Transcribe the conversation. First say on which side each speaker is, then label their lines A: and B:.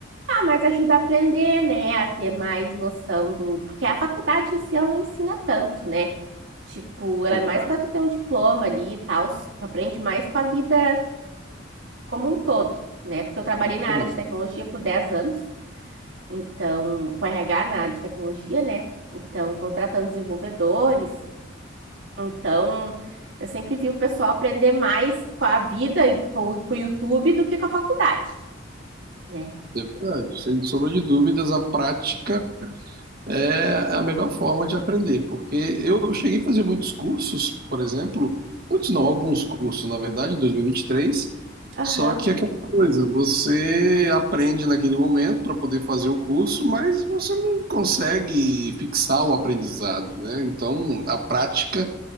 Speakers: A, on the right (about 80°); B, on the right (about 55°).
A: Ah, mas ajuda a aprender, né? A ter mais noção do. Porque a faculdade em si, ela não ensina tanto, né? Tipo, ela
B: Exato.
A: é mais para tu ter um diploma ali e tal. Tu aprende mais com a vida como um todo, né? Porque eu trabalhei
B: exato.
A: na área de tecnologia por 10 anos, então, com RH na área de tecnologia, né? Então, contratando desenvolvedores. Então, eu sempre vi o pessoal aprender mais com a vida e com, com o YouTube do que com a faculdade, né?
B: É verdade. Sem sombra de dúvidas, a prática é a melhor forma de aprender, porque eu cheguei a fazer muitos cursos, por exemplo, muitos não, alguns cursos, na verdade, em 2023,
A: Aham.
B: só que aquela coisa, você aprende naquele momento para poder fazer o curso, mas você não consegue fixar o aprendizado, né? Então, a prática